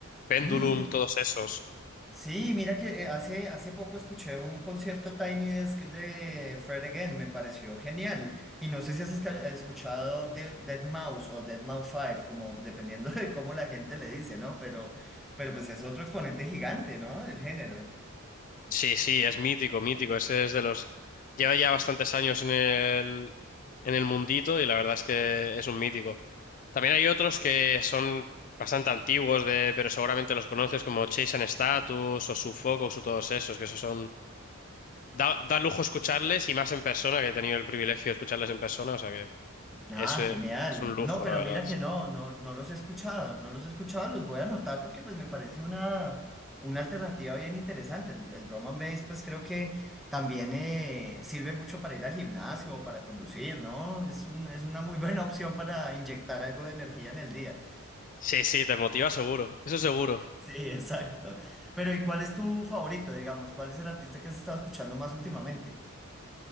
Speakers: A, on the left (about 40°); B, in the centre.
A: Pendulum,
B: Mm,
A: todos esos.
B: Sí, mira que eh, hace, hace poco escuché un concierto Tiny Desk de Fred Again, me pareció genial. Y no sé si has esca- escuchado de Dead Mouse o Dead Mouse 5, como dependiendo <laughs> de cómo la gente le dice, ¿no? Pero, pero pues es otro exponente gigante, ¿no? Del género.
A: Sí, sí, es mítico, mítico, ese es de los... Lleva ya bastantes años en el, en el mundito y la verdad es que es un mítico. También hay otros que son bastante antiguos, de, pero seguramente los conoces, como Chase and Status o Sufocus o todos esos, que esos son... Da, da lujo escucharles y más en persona, que he tenido el privilegio de escucharles en persona, o sea que
B: Ah,
A: es, eh,
B: genial.
A: es un lujo,
B: No, pero
A: la verdad,
B: mira
A: sí.
B: que no, no, no los he escuchado, no los he escuchado, los voy a anotar porque pues me parece una, una alternativa bien interesante. El, el drum and bass pues creo que también eh, sirve mucho para ir al gimnasio o para conducir, ¿no? Es un- es una muy <laughs> buena opción para inyectar algo de energía en el día.
A: Sí, sí, te motiva seguro, eso seguro.
B: Sí, exacto. Pero ¿y cuál es tu favorito, digamos? ¿Cuál es el artista que has estado escuchando más últimamente?